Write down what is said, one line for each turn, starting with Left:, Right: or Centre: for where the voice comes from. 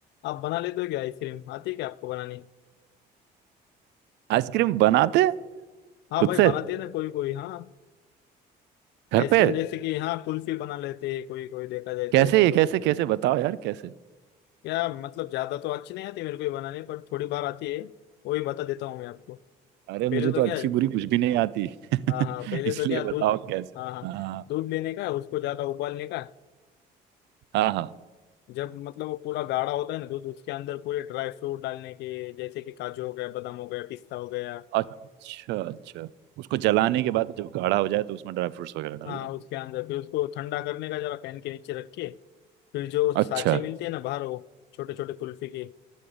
Left: आप बना लेते हो क्या आइसक्रीम आती है क्या आपको बनानी
Right: आइसक्रीम बनाते हैं
Left: हाँ
Right: खुद
Left: भाई
Right: से
Left: बनाते हैं ना कोई कोई हाँ
Right: घर
Left: आइसक्रीम
Right: पे
Left: जैसे कि हाँ कुल्फी बना लेते हैं कोई कोई देखा जाए
Right: कैसे
Left: तो ऐसे
Right: ये
Left: तो
Right: कैसे कैसे बताओ यार कैसे
Left: या मतलब ज्यादा तो अच्छी नहीं आती मेरे को ये बनाने पर थोड़ी बार आती है वो ही बता देता हूँ मैं आपको पहले
Right: अरे मुझे तो
Left: तो
Right: अच्छी
Left: क्या
Right: बुरी कुछ भी नहीं आती <laughs>
Left: हाँ हाँ पहले
Right: इसलिए
Left: तो क्या दूध
Right: बताओ अच्छा कैसे
Left: हाँ हाँ
Right: हाँ
Left: दूध लेने का उसको ज्यादा उबालने का
Right: हाँ हाँ
Left: जब मतलब वो पूरा गाढ़ा होता है ना दूध उसके अंदर पूरे ड्राई फ्रूट डालने के जैसे कि काजू हो गया बादाम हो गया पिस्ता हो गया
Right: अच्छा अच्छा उसको जलाने के बाद जब गाढ़ा हो जाए तो उसमें ड्राई फ्रूट्स वगैरह डालना
Left: हाँ उसके अंदर फिर उसको ठंडा करने का जरा फैन के नीचे रख के फिर जो
Right: अच्छा
Left: साँचे मिलते हैं ना बाहर वो छोटे छोटे कुल्फी के